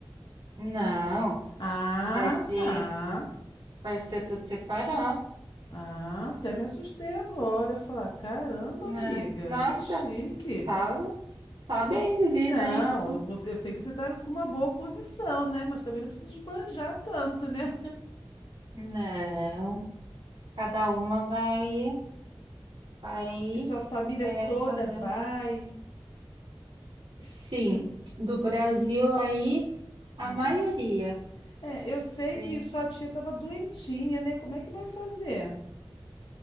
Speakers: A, on the right (about 75°); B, on the left (about 60°).
A: Não,
B: Ah,
A: vai ser,
B: tá.
A: vai ser tudo separado,
B: Ah, até me assustei agora. Falar, caramba,
A: né?
B: amiga,
A: Nossa,
B: que chique.
A: tá, tá bem de vida,
B: Não,
A: hein?
B: você, eu sei que você está com uma boa condição, né? Mas também não precisa esbanjar tanto, né?
A: Não, cada uma vai, vai
B: E sua família
A: é,
B: toda
A: fazer
B: vai.
A: o... Sim, do Brasil aí, a
B: Hum.
A: maioria.
B: É, eu sei
A: Tem
B: que sua tia estava doentinha, né? Como é que vai fazer?